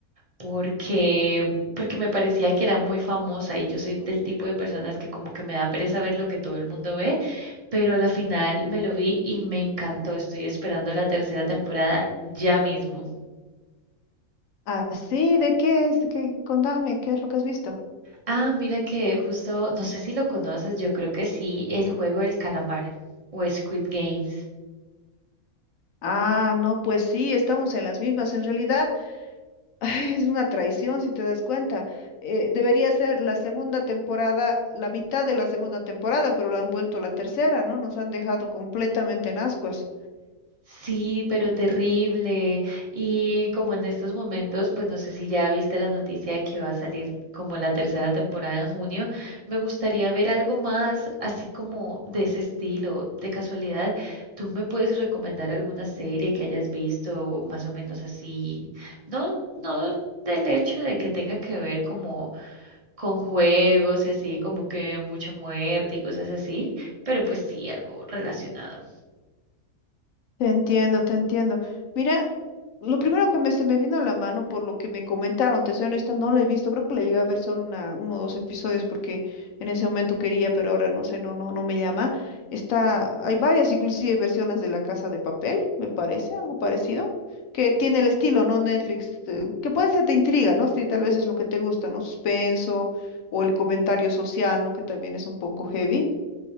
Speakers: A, on the right; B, on the left.
A: porque, porque me parecía que era muy famosa y yo soy del tipo de personas que como que me da pereza ver lo que todo el mundo ve, pero a la final me lo vi y me encantó. Estoy esperando la tercera temporada ya mismo.
B: Ah, sí, ¿de qué es? ¿Qué, contame, ¿qué es lo que has visto?
A: Ah, mira que justo, no sé si lo conoces, yo creo que sí, el juego del calamar o Squid Games.
B: Ah, no, pues sí, estamos en las mismas. En realidad, <laughs> ay, es una traición si te das cuenta. Eh, debería ser la segunda temporada, la mitad de la segunda temporada, pero lo han vuelto la tercera, ¿no? Nos han dejado completamente en ascuas.
A: Sí, pero terrible. Y como en estos momentos, pues no sé si ya viste la noticia de que va a salir como la tercera temporada en junio, me gustaría ver algo más así como de ese estilo. De casualidad, ¿tú me puedes recomendar alguna serie que hayas visto más o menos así? No, no del hecho de que tenga que ver como con juegos y así, como que mucha muerte y cosas así, pero pues sí, algo relacionado.
B: Te entiendo, te entiendo. Mira, lo primero que me, se me vino a la mano por lo que me comentaron, te soy honesta, no la he visto, creo que la llegué a ver solo una, uno o dos episodios porque en ese momento quería, pero ahora no sé, no, no, no me llama. Está, hay varias inclusive versiones de La Casa de Papel, me parece, algo parecido, que tiene el estilo, ¿no? Netflix, eh, que puede ser de intriga, ¿no? Si tal vez es lo que te gusta, ¿no? Suspenso o el comentario social, ¿no? Que también es un poco heavy.